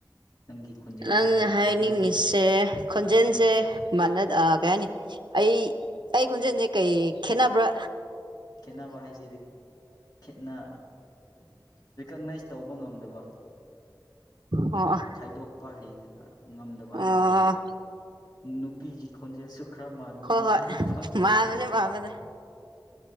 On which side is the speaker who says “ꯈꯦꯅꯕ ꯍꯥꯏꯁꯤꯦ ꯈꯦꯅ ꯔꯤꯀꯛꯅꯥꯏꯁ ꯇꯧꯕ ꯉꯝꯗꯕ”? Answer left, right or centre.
Left